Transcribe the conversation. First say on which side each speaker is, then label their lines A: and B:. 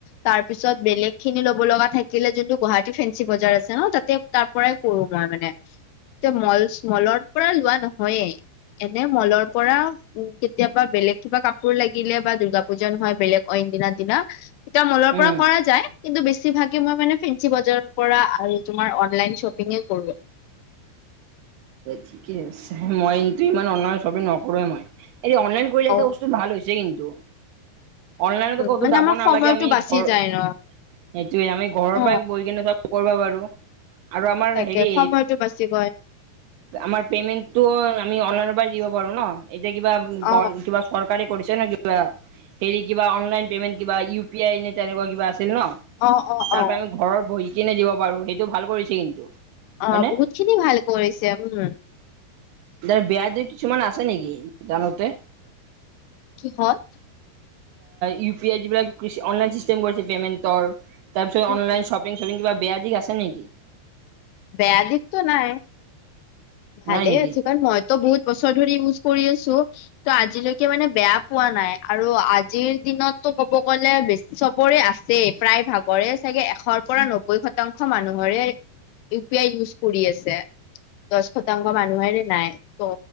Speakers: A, on the left (about 85°); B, on the right (about 80°).
A: তাৰপিছত বেলেগ খিনি লব লগা থাকিলে, যোনটো গুৱাহাটী ফেঞ্চি বজাৰ আছে ন তাতে। তাৰপৰাই কৰো মই মানে, তে মল, মলৰ পৰা নহয়েই। এনে মলৰ পৰা উম, কেতিয়াবা বেলেগ কিবা কাপোৰ লাগিলে বা দূৰ্গা পূজা নহয়, বেলেগ অইন দিনা দিনা কেতিয়াবা মলৰ
B: উম
A: পৰা কৰা যায়। কিন্তু বেছি ভাগে, মই মানে ফেঞ্চি বজাৰৰ পৰা আৰু তুমাৰ অনলাইন শ্বপিং কৰো।
B: ঠিকে আছে, মই কিন্তু ইমান অনলাইন শ্বপিং নকৰোৱে মই, এনে অনলাইন কৰিলে
A: অ
B: এ বস্তু ভাল হৈছে কিন্তু। অনলাইনতো
A: উম
B: ক'তো
A: মানে
B: যাব
A: আমাৰ
B: নালাগে,
A: সময়টো
B: আমি
A: বাচি
B: ঘৰ
A: যায় ন
B: সেইটোয়ে আমি ঘৰৰ
A: অ
B: পৰাই বহি কিনে চব কৰিবা পাৰো। আৰু আমাৰ
A: তাকে
B: হেৰি
A: সময়টো বাছি বৈ
B: আমাৰ পেমেন্টটো আমি অনলাইনৰ পৰা দিব পাৰো, ন এতিয়া কিবা
A: অ
B: গণ কিবা চৰকাৰে কৰিছে ন কিবা, হেৰি কিবা অনলাইন পে'মেণ্ট কিবা ইউ পি আই নে তেনেকুৱা কিবা আছিল ন?
A: অ অ
B: তাৰপৰা
A: অ
B: আমি ঘৰত বহি কিনে দিব পাৰো, সেইটো ভাল কৰিছে কিন্তু।
A: অ',
B: হয়নে
A: বহুত খিনি ভাল কৰিছে উম।
B: এ বেয়া দিশ কিছুমান আছে নেকি, জানোতে
A: কিহত?
B: ইউ পি আই যিবিলাক অনলাইন চিষ্টেম কৰিছে পেমেণ্টৰ। তাৰপিছত
A: উম
B: অনলাইন শ্বপিং-টপিং কিবা বেয়া দিশ আছে নেকি?
A: বেয়া দিশটো নাই, ভালে
B: নাই নেকি
A: আছে, কাৰণ মই তো বহুত বছৰ ধৰি ইউজ কৰি আছো। ত' আজিলৈকে মানে বেয়া পোৱা নাই, আৰু আজিৰ দিনতটো ক'ব গলে বেছ চবৰে আছে, প্ৰায় ভাগৰে চাগে এশৰ পৰা নব্বৈ শতাংশ মানুহৰে। ইউ পি আই ইউজ কৰি আছে দহ শতাংশ মানুহেৰে নাই ত